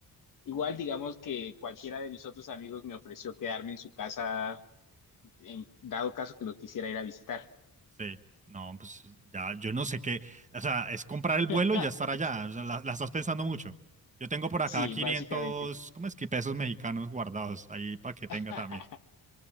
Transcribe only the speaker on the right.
Sí, no, pues ya, yo no sé qué, o sea, es comprar
el vuelo y ya estar allá, o sea, la, la estás pensando mucho. Yo tengo por acá
500,
¿cómo es que pesos mexicanos guardados ahí para que tenga
también?